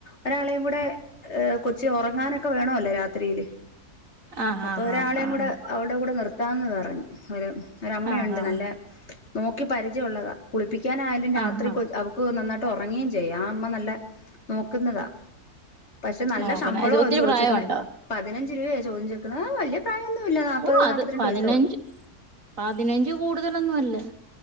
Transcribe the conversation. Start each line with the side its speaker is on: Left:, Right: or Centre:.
Left: ഒരാളെയും കൂടെ ഏ കൊച്ച് ഉറങ്ങാനൊക്കെ വേണമല്ലോ രാത്രിയില്
Right: ആഹ്
Left: അപ്പൊ
Right: ആഹ് ആഹ്
Left: ഒരാളെയും
Right: ആഹ് ആഹ്
Left: കൂടെ അവളുടെ കൂടെ നിർത്താമെന്ന് പറഞ്ഞു ഒരു ഒരമ്മയുണ്ട്
Right: ആഹ് ആഹ്
Left: നല്ല നോക്കി പരിചയമുള്ളതാ കുളിപ്പിക്കാനായാലും രാത്രി
Right: ആഹ് ആഹ്
Left: കൊ അവ ക്കു നന്നായിട്ട് ഉറങ്ങുകയും ചെയ്യാം ആ അമ്മ നല്ല നോക്കുന്നതാ പക്ഷെ നല്ല
Right: നോക്കുന്ന
Left: ശമ്പളമാ
Right: ഒത്തിരി
Left: അവര് ചോദിച്ചേക്കുന്നേ
Right: പ്രായമുണ്ടോ
Left: പതിനഞ്ച് രൂപയാ ചോദി ച്ചക്കുന്നത് ആ വല്യ പ്രായമൊന്നുമില്ല നാപ്പത്
Right: ഓ അത്
Left: നാപ്പത്തി രണ്ട്
Right: പതിനഞ്ച്
Left: വയസ്സേയുള്ളൂ
Right: പതിനഞ്ച് കൂടുതലൊന്നും അല്ല